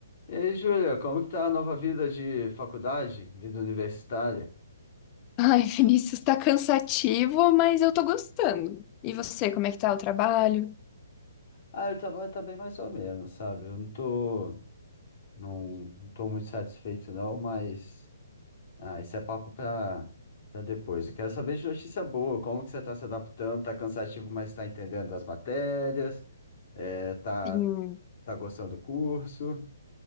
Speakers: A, on the left; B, on the left.
A: E aí, Júlia, como que tá a nova vida de faculdade, vida universitária?
B: Ai, Vinícius, tá cansativo, mas eu tô gostando. E você, como é que tá o trabalho?
A: Ah, o trabalho tá bem mais ou menos, sabe? Eu não tô, não, não tô muito satisfeito não, mas ah, isso é papo pra, pra depois. Eu quero saber de notícia boa, como que você tá se adaptando, tá cansativo, mas tá entendendo as matérias, é, tá,
B: Sim,
A: tá gostando do curso?